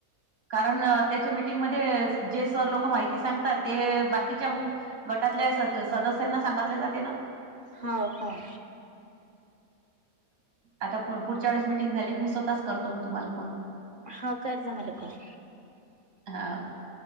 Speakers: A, on the right (about 75°); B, on the right (about 45°).
A: कारण त्याच्या मीटिंगमध्ये जे सर लोक माहिती सांगतात. ते बाकीच्या मग गटातल्या स-सदस्यांना सांगितले जाते ना.
B: हाव हाव.
A: आता पुढच्या वेळेस मिटिंग झाली की मी स्वतःच करतो मग तुम्हाला फोन.
B: हो कर जा मला कॉल.
A: हाव.